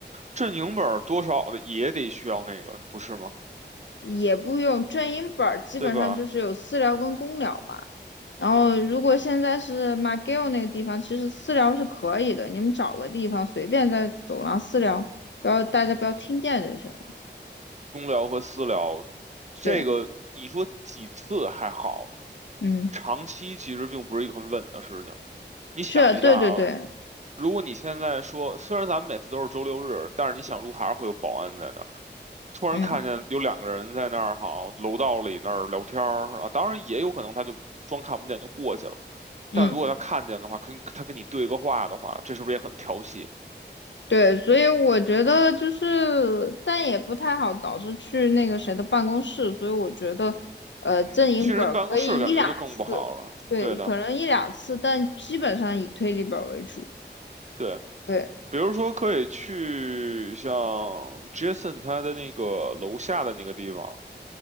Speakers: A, on the right; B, on the left.
A: 阵营本儿多少的也得需要那个，不是吗？
B: 也不用正音本儿，基本上就是有私聊跟公聊嘛。
A: 对吧？
B: 然后如果现在是马 c g 那个地方，其实私聊是可以的，你们找个地方随便在走廊私聊，不要大家不要听见就行了。
A: 公聊和私聊，这个你说几次还好，
B: 对，嗯，
A: 长期其实并不是一个很稳的事情。你想一下啊，
B: 是，对对对，
A: 如果你现在说，虽然咱们每次都是周六日，但是你想路还是会有保安在那儿。突然看见有两个人在那儿，
B: 嗯
A: 好，楼道里那儿聊天儿啊，当然也有可能他就装看不见就过去了。
B: 嗯，
A: 但如果他看见的话，跟他跟你对个话的话，这是不是也很调戏？
B: 对，所以我觉得就是，但也不太好导师去那个谁的办公室，所以我觉得，呃，
A: 嗯，
B: 正音本儿可以一两次，
A: 去人办公室感觉就更不好了。
B: 对，
A: 对的，
B: 可能一两次，但基本上以推理本儿为主。
A: 对。
B: 对，
A: 比如说可以去像 Jason 他的那个楼下的那个地方，